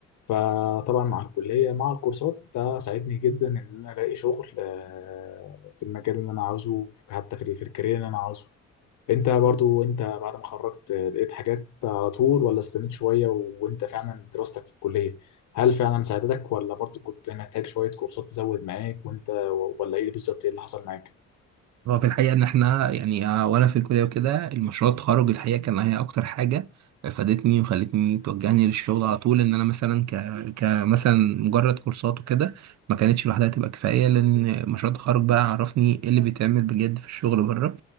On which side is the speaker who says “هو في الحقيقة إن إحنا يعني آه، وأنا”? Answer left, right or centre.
Right